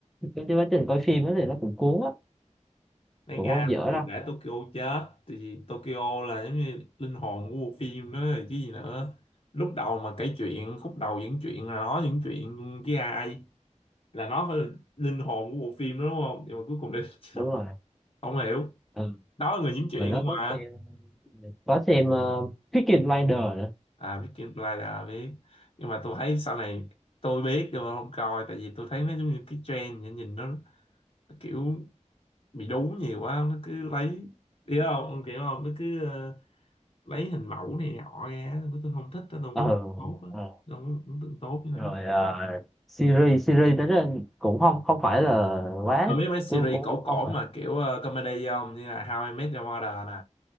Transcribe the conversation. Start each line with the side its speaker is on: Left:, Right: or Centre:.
Centre: cái quá trình coi phim á thì nó cũng cuốn á
Left: đáng
Centre: cũng
Left: Nga
Centre: không dở
Left: không được
Centre: đâu
Left: để Tokyo chết tại vì Tokyo là giống như linh hồn của bộ phim đó rồi chứ gì nữa lúc đầu mà kể chuyện khúc đầu những chuyện là nói những chuyện với ai là nó phải là linh hồn của bộ phim đó đúng không nhưng mà cuối cùng đây
Centre: đúng
Left: <laughs>
Centre: rồi
Left: không hiểu
Centre: ừ.
Left: đó là người diễn chuyện
Centre: rồi nó
Left: đúng không
Centre: có
Left: ạ
Centre: xem có xem uh, Peaky Blinders nữa
Left: à biết Kim Play là biết nhưng mà tôi thấy sau này tôi biết nhưng mà không coi tại vì tôi thấy nó giống như cái trend nhìn nhìn nó, nó kiểu bị đú nhiều quá nó cứ lấy hiểu không ông kiểu không nó cứ ờ, lấy hình mẫu này nọ ra tôi tôi không thích tôi không
Centre: ờ
Left: có tốt á
Centre: ờ.
Left: tôi không có ấn tượng tốt như
Centre: rồi
Left: thế.
Centre: ờ, series series tới đây cũng không không phải là quá
Left: còn biết mấy series
Centre: tôi cũng
Left: cổ cổ
Centre: không phải
Left: mà kiểu ờ, comedy không như là How I Met Your Mother nè